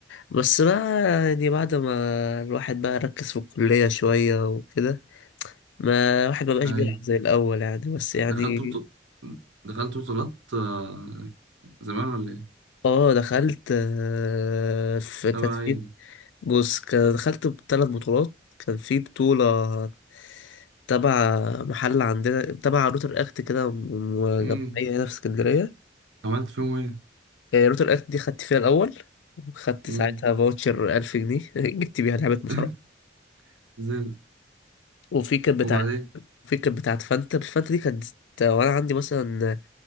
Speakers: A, on the left; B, on the right.
A: بس بقى يعني بعد ما الواحد بقى ركز في الكلية شوية وكده ما واحد ما بقاش
B: ايوه
A: بيلعب زي الاول يعني بس يعني
B: دخلت بطو... دخلت بطولات آه، زمان ولا ايه
A: اه دخلت آه، في كانت
B: تبع
A: في
B: ايه
A: بص كان- دخلت بثلاث بطولات كان في بطولة تبع محل عندنا تبع روتر اكت كده م-
B: امم
A: جمعية هنا في اسكندرية
B: عملت فيهم ايه
A: آه، روتر اكت دي خدت فيها الأول خدت
B: امم
A: ساعتها فاوتشر 1000 جنيه <laughs> جبت بيها لعبة مصارعة
B: <laughs> زي
A: وفي كانت بتاعة
B: وبعدين
A: في كانت بتاعة فانتا فانتا دي كانت آه، وأنا عندي مثلا